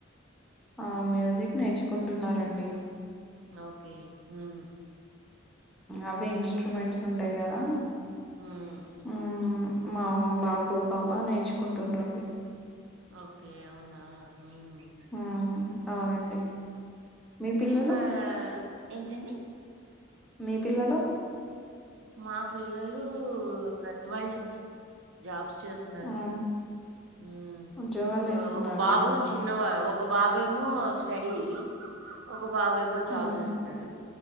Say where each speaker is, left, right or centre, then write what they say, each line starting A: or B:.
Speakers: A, in the centre; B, on the right (about 70°).
A: ఆ మ్యూజిక్ నేర్చుకుంటున్నారండి
B: ఓకే ఉమ్
A: అవే ఇన్స్ట్రుమెంట్స్ ఉంటాయి కదా
B: హ్మ్.
A: ఉమ్ మా బాబు పాపా నేర్చుకుంటున్నారవి
B: ఓకే అవునా! హ్మ్.
A: హ్మ్ అవునండి. మీ పిల్లలు?
B: ఇంకా ఏంటండీ?
A: మీ పిల్లలు
B: మా పిల్లలు పెద్దవెళ్ళండి. జాబ్ చేస్తున్నారు.
A: హ్మ్.
B: హ్మ్
A: ఉద్యోగాలు
B: ఓ
A: చేస్తున్నారా?
B: ఒక బాబు చిన్నవా ఓక్ ఒక బాబేమో స్టడీ. ఒక బాబేమో జాబ్
A: హ్మ్.
B: చేస్తున్నాడు.